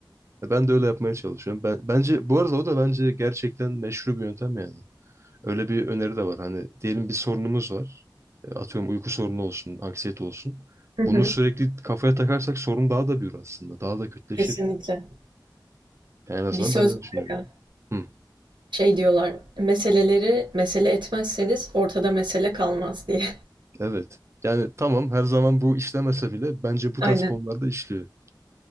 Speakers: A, on the right; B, on the right.
A: E, Ben de öyle yapmaya çalışıyorum. Ben, bence bu arada o da bence gerçekten meşru bir yöntem yani. Öyle bir öneri de var. Hani diyelim bir sorunumuz var. E, Atıyorum uyku sorunu olsun, anksiyete olsun.
B: Hı
A: Bunu
B: hı.
A: sürekli kafaya takarsak sorun daha da büyür aslında. Daha da kötüleşir.
B: Kesinlikle.
A: Yani en azından
B: Bir söz
A: ben öyle
B: var
A: düşünüyorum.
B: ya
A: Hı,
B: şey diyorlar meseleleri mesele etmezseniz ortada mesele kalmaz diye.
A: evet. Yani tamam her zaman bu işlemese bile bence bu
B: <laughs> Aynen.
A: tarz konularda işliyor.